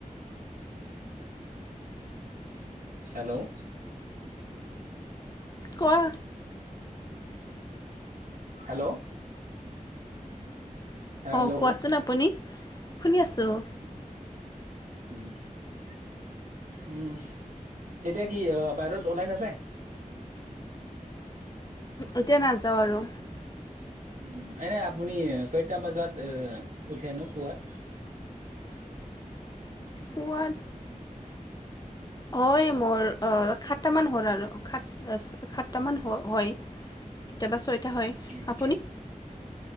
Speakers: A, on the right; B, on the left.
A: হেল্ল'
B: কোৱা
A: হেল্ল' হেল্ল'
B: অঁ কোৱাচোন আপুনি শুনি আছোঁ
A: উম উম তেতিয়া কি বাহিৰত ওলাই নাযায়
B: এতিয়া নাযাওঁ আৰু
A: উম এনে আপুনি কেইটা বজাত এ উঠেনো পুৱাত
B: পোৱা হয় মোৰ সাতটামান হ'ল আৰু সাত সাতটামান হ হয় কেতিয়াবা ছয়টা হয়
A: উম,
B: আপুনি